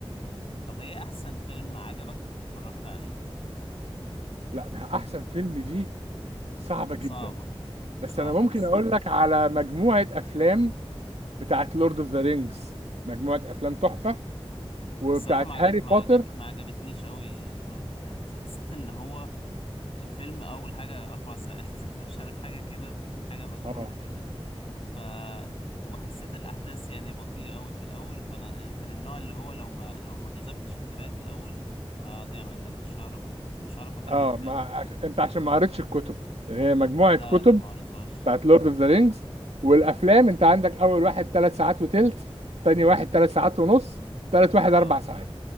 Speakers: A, on the left (about 65°); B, on the right (about 90°).
A: طب ايه احسن فيلم عجبك اتفرجت عليه
B: لا احسن فيلم دي صعبة
A: صعبه
B: جدا
A: صعبه
B: بس انا ممكن
A: بس
B: اقول لك على مجموعة افلام بتاعت لورد اوف ذا رينجز مجموعه افلام تحفه وبتاعت
A: الصراحه ما عجب
B: هاري
A: ما
B: بوتر
A: عجب ما عجبتنيش قوي لورد اوف ذا رينجز حسيت ان هو الفيلم اول حاجه اربع ساعات <laughs> ولا مش عارف حاجه كده حاجه مجنونه
B: اه
A: كده ف وحسيت الاحداث يعني بطيئة قوي في الاول فانا من النوع اللي هو لو ما لو ما جذبتش انتباهي في الاول هضيع منك مش هعرف مش هعرف اكمل
B: اه
A: الفيلم
B: ما عش... انت عشان ما قريتش الكتب يعني هي مجموعه
A: لا
B: كتب
A: لا ما قريتهاش
B: بتاعت لورد اوف ذا رينجز والافلام انت عندك اول واحد ثلاث ساعات وتلت تاني واحد ثلاث ساعات ونص تالت واحد
A: اه
B: اربع ساعات